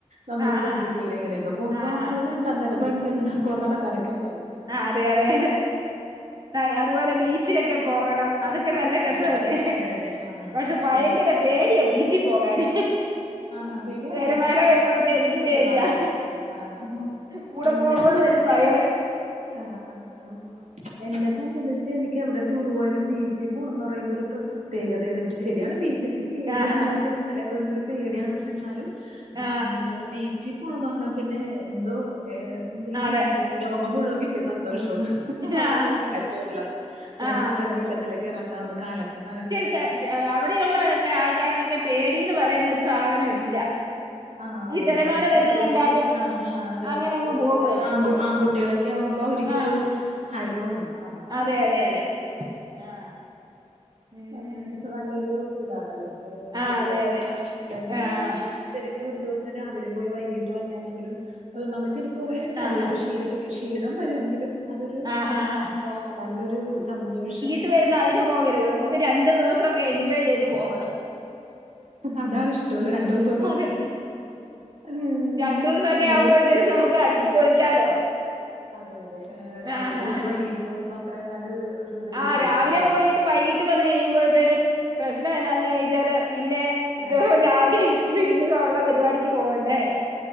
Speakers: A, on the right; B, on the right.
A: നമ്മൾ
B: ആഹാ
A: ശ്രദ്ധിക്കൂല ഇങ്ങനെയൊക്കെ പോകുമ്പോ
B: ആഹാ
A: അത് കണ്ടന്നല്ല പ്പ <unintelligible> കുറെ നടക്കാനൊക്കെ ണ്ടാവോലോ
B: ആഹ് അതെ അതെ അതെ അതുപോലെ ബീച്ചിലൊക്കെ പോകണം അതൊക്കെ നല്ല രസല്ലേ
A: ആ അതെ അതെ ആ ആ
B: പക്ഷെ ഭയങ്കര
A: എനിക്ക്
B: പേടിയാ ബീച്ചി പോകാന്
A: ആണോ പേടിയാണോ?
B: തെരമാല
A: ആ,
B: വരുമ്പോഴത്തെ എനിക്ക്
A: തിരമാല
B: പേടിയാ
A: ആഹ്
B: കൂടെ
A: എന്നെ
B: പോവുന്നൊരു
A: സംബന്ധിച്ച്
B: ഭയേ
A: ആഹ് ആഹ് എന്നെ സംബന്ധിച്ച് എനിക്ക് എവിടെ ടൂർ പോയാലും ബീച്ച് പോണംന്ന് പറയുമ്പോ ഒരു പ്രത്യേകതയാണ് ബ് ശരിയാണ് ബീച്ച് എനിക്ക് പേടിയാണ്
B: ആഹാ
A: ഇങ്ങനെ തിരുമാലക്ക വരുമ്പ ഒരു പേടിയാണ് പക്ഷെ എന്നാലും
B: ആ
A: ഏന്താണ് ബീ ച്ചിപ്പോണോന്നർഞ്ഞാല് പിന്നെ എന്തോ എ ഈ
B: അതെ
A: ലോകം മുഴുവൻ കിട്ട്യ സന്തോഷ് <unintelligible> അവിടെ
B: ആ
A: പോയി കാറ്റൊള്ള പിന്നെ
B: ആ
A: കുറച്ചേരെ വെള്ളത്തിലൊക്കെ ഇറങ്ങാൻ ഒന്ന് കാലക്കെ നനക്ക
B: എഹ് അവിടെയുള്ളക്കെ ആൾക്കാർക്കൊക്കെ പേടീന്ന് പറയുന്നൊരു സാധനം ഇല്ല
A: അഹ് ആഹ് അതന്നെ
B: ഈ തിരമാല
A: പ്രത്യേകിച്ച്
B: വരുന്ന കണ്ടാലും
A: ആഹ് അഹ് അതന്നെ
B: അങ്ങനെ അങ്ങ്
A: പ്രത്യേകിച്ച്
B: പോവുവല്ലേ
A: ആങ്ക് ആൺകുട്ടികളൊക്കെ ആകുമ്പോ അവർക്കൊരു
B: ആ
A: ഹരോണ് നമ്മുക്ക്
B: അതെ
A: കാണോ
B: അതെ
A: പേടിയോ
B: അതെ ആ ഉം
A: ആഹ് ഞാനക്ക നല്ലൊരു ഇതാണല്ലേ ഇപ്പ
B: ആഹ്
A: ടൂറോ
B: അതെ
A: പിന്നെ
B: അതെ
A: അതുപോലെ തന്നെ
B: ആഹ്
A: ശരിക്കും ഒരു ദിവസം രാവിലെ പോയി വൈകീട്ട് വന്നെയാണെങ്കിലും നമ്മ ശരിക്കും കുറെ ടയേഡ്
B: ആഹാ
A: ഷീണ ക്ഷീണം വരുമെങ്കിലും അതൊരു
B: ആഹാ ഹാ
A: എന്താ നല്ലൊരു സന്തോഷം
B: വുന്ന അതിന് പോകരുത് നമുക്ക് രണ്ടു ദിവസൊക്കെ എൻജോയ് ചെയ്ത് പോകണം
A: അതാണിഷ്ട രണ്ടു ദിവസൊക്കെ
B: അതെ
A: ഉ
B: രണ്ടു ദിവസൊക്കെ
A: അങ്ങനെ
B: ആവുമ്പോഴത്തേനും നമുക്ക് അടിച്ചു പൊളിക്കാലോ
A: അതെ അതെ രാവിലെ
B: ആഹ്
A: പോയിട്ട്
B: ആഹ്
A: വൈകിട്ട് പോക്പോ അത്രേങ്ങാണ്ട് ഒരു ഇത് കിട്ടൂല
B: ആഹ് രാവിലെ
A: നല്ലേ
B: പോയിട്ട് വൈകിട്ട് വന്ന് കഴിയുമ്പോഴേനും പ്രശ്നം എന്ന ചോദിച്ചാല് പിന്നെ
A: ആഹ്
B: രാവിലെ എനിക്ക് വീണ്ട ഉള്ള പരിപാടിക്ക് പോകണ്ടേ